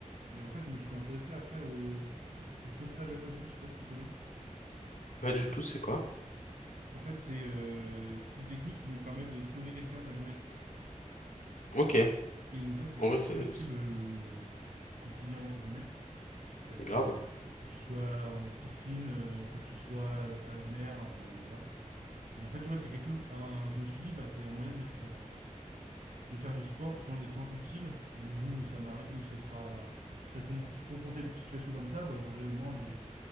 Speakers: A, on the right; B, on the left.
A: Et en fait, je me suis intéressé après au, au sauvetage aquatique, je sais pas si tu connais.
B: Pas du tout, c'est quoi?
A: En fait, c'est euh, toutes les techniques qui vont te permettre de sauver quelqu'un de la noyade, quoi.
B: Ok.
A: Et donc ça, c'est
B: En
A: hyper
B: vrai, c'est
A: utile
B: c'est
A: euh, au quotidien, entre guillemets. Euh,
B: grave.
A: que tu sois en piscine, euh, que tu sois à la, à la mer, euh, voilà. Et en fait, tu vois, c'est quelque chose, un- je me suis dit, bah, c'est un moyen de mettre, euh, de faire du sport tout en étant utile. Et le jour où ça m'arrive, où ce sera, je serai confron- confronté à une situation comme ça, bah, j'aurai au moins les,